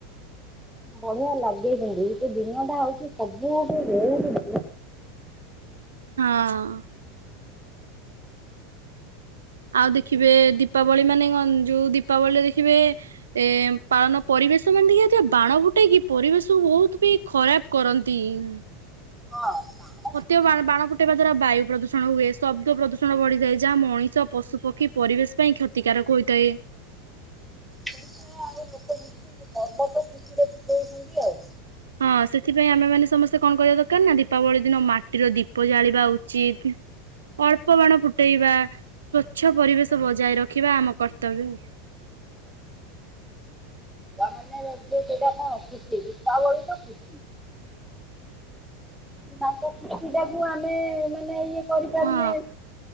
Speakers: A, in the centre; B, on the right.
A: ବଢ଼ିଆ ଲାଗେ ସେ ଦିନ ଟା ହଉଛି ସବୁଠୁ ବୋହୁତୁ ଭ
B: ହଁ। ଆଉ ଦେଖିବେ ଦୀପାବଳି ମାନେ କଣ ଯୋଉ ଦୀପାବଳିରେ ଦେଖିବେ ଏ ପାଳନ ପରିବେଶ ମାନେ ଦେଖିବେ <unintelligible> ବାଣ ଫୁଟେଇକି ପରିବେଶକୁ ବହୁତ ବି ଖରାପ କରନ୍ତି ଉଁ।
A: ହଁ ବାଣ
B: ଫୁଟେଇବା ବା ବାଣ ଫଟେଇବା ଦ୍ଵାରା ବାୟୁ ପ୍ରଦୂଷ୍ ଷଣ ହୁଏ ଶବ୍ଦ ପ୍ରଦୂଷଣ ବଢ଼ିଯାଏ ଯାହା ମଣିଷ ପଶୁପକ୍ଷୀ ପରିବେଶ ପାଇଁ କ୍ଷତିକାରକ ହୋଇଥାଏ।
A: ସେଇଟା ଆଉ ଲୋକ ବୁଝୁଛନ୍ତି ପର୍ବ ତ ଖୁସିରେ ଫୁଟୋଉଛନ୍ତି ଆଉ।
B: ହଁ ସେଥିପାଇଁ ଆମେ ମାନେ ସମସ୍ତେ କଣ କରିବା ଦରକାର ନା ଦୀପାବଳି ଦିନ ମାଟିର ଦୀପ ଜାଳିବା ଉଚିତ୍ ଅଳ୍ପ ବାଣ ଫୁଟେଇବା ସ୍ଵଚ୍ଛ ପରିବେଶ ବଜାୟ ରଖିବା ଆମ କର୍ତ୍ତବ୍ୟ <unintelligible>
A: ପିଲା ମାନେ ଯେ ସେଇଟା କଣ ଖୁସି ଦୀପାବଳି ତ ଖୁସି। ତାଙ୍କ ଖୁସିଟାକୁ ଆମେ ମାନେ ଇଏ କରିପାରୁନେ
B: ହଁ